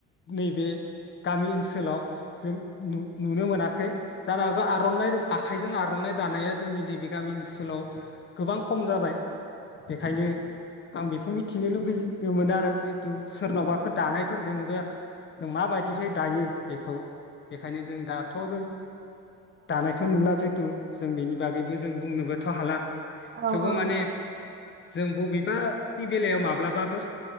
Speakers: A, on the left; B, on the right.
A: नैबे गामि ओनसोलाव जों नु नुनो मोनाखै। जानो हागौ आर'नाय आखाइजों आर'नाइ दानाया जोंनि नैबे गामि ओनसोलाव गोबां खम जाबाय बेखायनो आं बेखौ मिथिनो लुबै योमोन आरो जि सोरनावबाफोर दानाय फोरदोङोबा जों माबायदिहाय दायो बेखौ बेखायनो जों दाथ' जों दानायखौ नुला जे तु जों बेनि बागैबो जों बुंनोबोथ' हाला
B: औ
A: थेवबो
B: औ
A: माने
B: नोंथां
A: जों बबेबानि बेलायाव माब्ला बाबोर